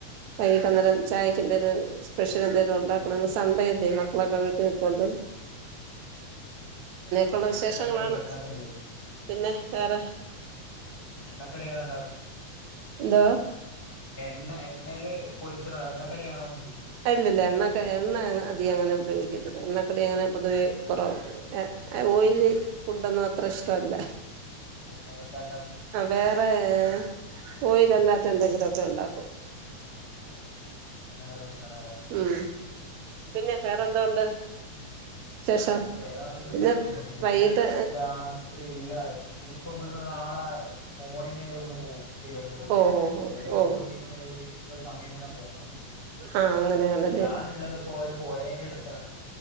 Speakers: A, on the right (about 70°); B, on the left (about 25°).
A: വൈകിട്ട് അന്നേരം ചായക്ക എന്റെ ഒരു സ്പെഷ്യൽ എന്തെങ്കിലും ഉണ്ടാക്കണന്ന് സൺണ്ടേയില്ലേ മക്കളൊക്കെ വീട്ടിൽ നിക്കൊണ്ട്
B: <inaudible>
A: ഉള്ള വിശേഷങ്ങളാണ്
B: അതെയോ
A: പിന്നെ വേറെ
B: എണ്ണക്കടിയാണ് ഉണ്ടാക്കുന്നത്
A: ഇന്താ
B: എണ്ണ എണ്ണയില് പൊരിച്ചത എണ്ണക്കടിയണോ
A: അല്ലില്ല എണ്ണക്കെ എണ്ണ അതി അങ്ങനെ ഉപയോഗിക്കത് എണ്ണക്കടി അങ്ങനെ പൊതുവേ കുറവ
B: ആഹ്
A: ഓയിലി ഫുഡൊന്നും അത്ര ഇഷ്ടല്ല
B: പിന്നെ എന്താ
A: വേറെ അ ഓയിലല്ലാത്ത എന്തെങ്കിലൊക്കെ ഉണ്ടാക്കും
B: ആ ആ ആണോ
A: ഉം പിന്നെ വേറെന്തോണ്ട് വിശേഷം
B: വേറെ നല്ലത്യപ്പോരാ
A: പിന്നെ വൈകിട്ട്
B: ത്രി ഇല്ല ഇനിയിപ്പോ ഇവിടുന്ന് നാളെ മോർണിംഗ ഇവിടുന്ന് പോകവും തിരുവനന്തപുരത്തേക്ക്
A: ഓ ഓ
B: ഇതുവരെ
A: ഓ ഓ
B: ഇതിലൂടെ ഇങ്ങെതി സമയം ഇങ്ങനെ പോക്കണം
A: ആഹ അങ്ങനെയാണ്
B: ഞാന്ള്ളത് ഇപ്പോ ഓരേ പൊരേന്റെടുത്താണ്